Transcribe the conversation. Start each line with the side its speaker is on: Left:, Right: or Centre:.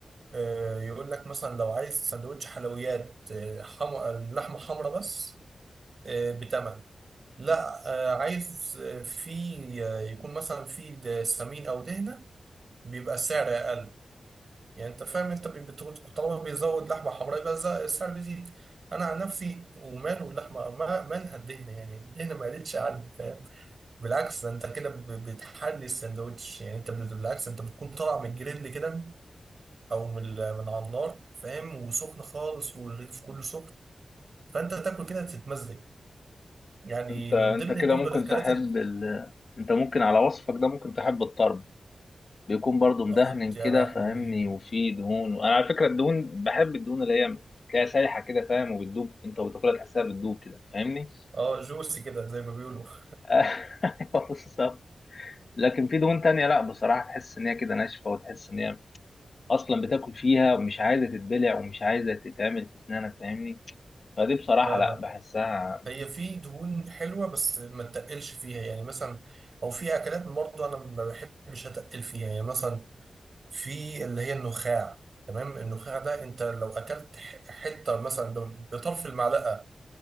Right: أه يقول لك مثلا لو عايز سندوتش حلويات أه حم... لحمة حمرا بس أه بتمن لا آه، عايز آه، في آه، يكون مثلا في د- سمين او دهنه بيبقى السعر اقل يعني انت فاهم انت بي- بتقول- طالما بيزود لحمه حمراء يبقى الز- السعر بيزيد انا عن نفسي وماله اللحمه ما- مالها الدهنه يعني الدهنه ما قلتش عني فاهم بالعكس ده انت كده ب- بتحلي الساندوتش يعني انت بت- بالعكس انت بتكون طالع من الجريل كده او من ال- من على النار فاهم وسخن خالص والرغيف كله سخن فانت تاكل كده تتمزج يعني
Left: أنت أنت
Right: من ضمن
Left: كده
Right: برضو
Left: ممكن
Right: الاكلات
Left: تحب
Right: ال-
Left: ال... أنت ممكن على وصفك ده ممكن تحب الطرب بيكون برضو مدهن
Right: آه، يا
Left: كده
Right: لهوي
Left: فاهمني وفيه دهون وانا على فكره الدهون بحب الدهون اللي هي تلاقيها سايحه كده فاهم وبتدوب انت وبتاكلها تحسها بتدوب كده فاهمني
Right: اه جوسي كده زي ما بيقولوا <laughs>
Left: <laughs> ايوه بالظبط لكن في دهون تانية لا بصراحه تحس ان هي كده ناشفه وتحس ان هي اصلا بتاكل فيها ومش عايزه تتبلع ومش عايزه تتعمل في اسنانك فاهمني فدي بصراحه
Right: فاهمك
Left: لا بحسها
Right: هي في دهون حلوه بس ما تقلش فيها يعني مثلا او في اكلات برضه انا ما بحبش اتقل فيها يعني مثلا في اللي هي النخاع تمام النخاع ده انت لو اكلت ح- حته مثلا لو بطرف المعلقه